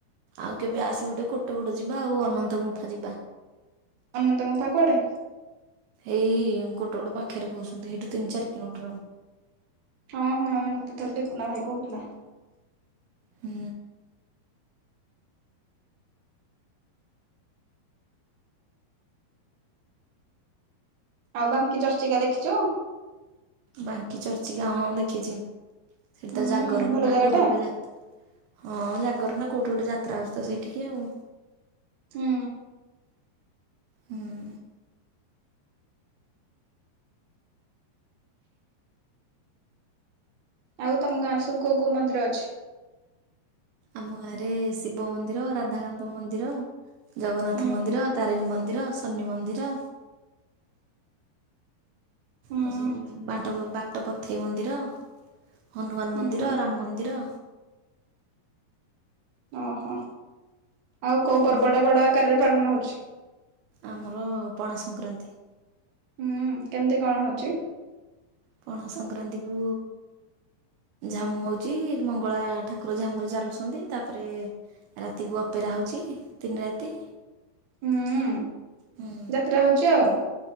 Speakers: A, on the right; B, on the right.
A: ଆଉ କେବେ ଆସି ଗୋଟେ କୋଟଗୋଡ ଯିବା ଆଉ ଅନନ୍ତ ଗୁମ୍ଫା ଯିବା
B: ଅନନ୍ତ ଗୁମ୍ଫା କୁଆଡ଼େ
A: ଏଇ କୋଟଗଡ ପାଖରେ କହୁଛନ୍ତି ଏଇଠୁ ତିନି ଚାରି କିଲୋମିଟର ଆଉ
B: ହଁ ହଁ ମତେ ଥରେ ଦୁଖୁନା ଭାଇ କହୁଥିଲା।
A: ହୁଁ।
B: ଆଉ ବାଙ୍କି ଚର୍ଚିକା ଦେଖିଛୁ
A: ବାଙ୍କି ଚର୍ଚିକା ହଁଁ ଦେଖିଛି ସେଠି
B: ହୁଁ
A: ତ ଜାଗରକୁ
B: ଭଲ
A: ନା
B: ଜାଗାଟା
A: କୋଉଠି ଗୋଟେ ଯାତ ହଁ ଜାଗ ଜାଗର ନା କୋଉଠି ଗୋଟେ ଯାତ୍ରା ଆଉଛି ତ ସେଠିକି ଆମ
B: ହୁଁ
A: ହୁଁ
B: ଆଉ ତମ ଗାଁ ରେ ସବୁ କୋଉ କୋଉ ମନ୍ଦିର ଅଛି
A: ଆମ ଗାଁରେ ଶିବ ମନ୍ଦିର ରାଧାକାନ୍ତ ମନ୍ଦିର ଜଗନ୍ନାଥ
B: ହୁଁ
A: ମନ୍ଦିର ତାରିଣୀ ମନ୍ଦିର ସନି ମନ୍ଦିର
B: <inaudible> ହୁଁ
A: ଆଉ ସବୁ ବାଟ ବାଟ ପଥେଇ ମନ୍ଦିର ହନୁମାନ
B: ହୁଁ
A: ମନ୍ଦିର ରାମ ମନ୍ଦିର
B: ଓହୋ ଆଉ କୋଉ ପର୍ବଟା
A: ହୁଁ
B: ବଡ ଆକାରରେ ପାଳନ ହଉଛି।
A: ଆମର ପଣା ସଂକ୍ରାନ୍ତି।
B: ହୁଁ କେମିତି କଣ ହଉଛି?
A: ପଣା ସଂକ୍ରାନ୍ତିକୁ। ଝାମୁ ହଉଛି ମଙ୍ଗଳା ଠାକୁର ଝାମୁ ରେ ଚାଲୁଛନ୍ତି ତାପରେ ରାତିକୁ ଅପେରା ରହୁଛି ତିନି ରାତି
B: ହୁଁ
A: ହୁଁ
B: ଯାତ୍ରା ହଉଛି ଆଉ